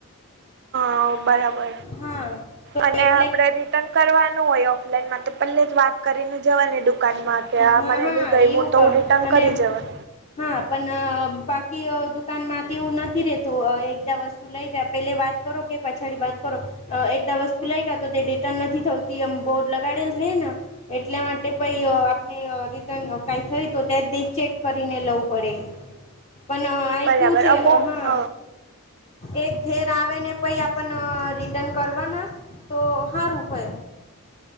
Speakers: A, on the right (about 50°); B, on the left (about 25°).
A: હો બરાબર
B: હા તો
A: અને
B: એટલે
A: આપડે રિટર્ન કરવાનું હોય આ લાઈનમાં તો પહેલે જ વાત કરી ને જવાની દુકાનમાં કે આ
B: હા
A: મને
B: હા
A: ની ગાયમું
B: એવું
A: તો
B: કરું
A: હું રિટર્ન
B: અને
A: કરી જવા.
B: હા પણ બાકી આ દુકાનમાંથી એવું નથી રેતું આ એકદા વસ્ત તું લઈ જાય પેલે વાત કરો કે પછાડી વાત કરો. આ એકદા વસ્તુ લઈ ગયા તો તે રિટર્ન નથી થતી એમ બોર્ડ લગાડેલ રહેલન. એટલા માટે પાઈ આ ને રિટર્ન કઈ થઈ તો ત્યાં ચેક કરીને લવું પડે. પણ આ આઈ
A: બરાબર
B: કેવું છે
A: અમુક
B: હા
A: હ
B: એક ઘેર આવે ને પઈ આપણના રિટર્ન કરવાના. તો હારું હોય.